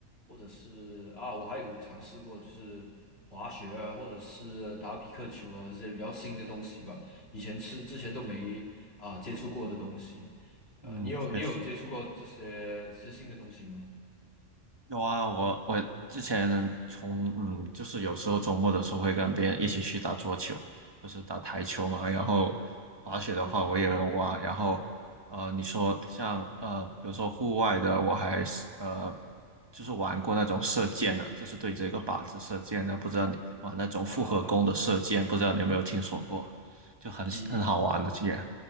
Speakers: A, on the left (about 50°); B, on the right (about 20°).
A: 或者是啊，我还有尝试过就是滑雪啊，或者是打匹克球啊，这些比较新的东西吧。以前是之前都没啊接触过的东西。
B: 嗯，
A: 呃，你有你有接触过这些这些新的东西吗？
B: 确实。有啊，我我之前从嗯，就是有时候周末的时候会跟别人一起去打桌球，就是打台球嘛。然后滑雪的话我也有玩。
A: 对
B: 然后呃，你说像呃，比如说户外的，我还是呃，就是玩过那种射箭的，就是对这个靶子射箭的。不知道你玩那种复合弓的射箭，
A: 啊，
B: 不知道你有没有听说过？就很很好玩的，
A: 一。
B: 这个。